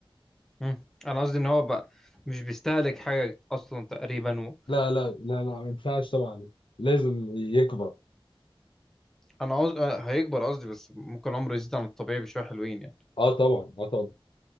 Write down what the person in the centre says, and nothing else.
مم. انا قصدي ان هو بقى مش بيستهلك حاجه اصلا تقريبا و...
انا قصدي هيكبر قصدي بس ممكن عمره يزيد عن الطبيعي بشويه حلوين يعني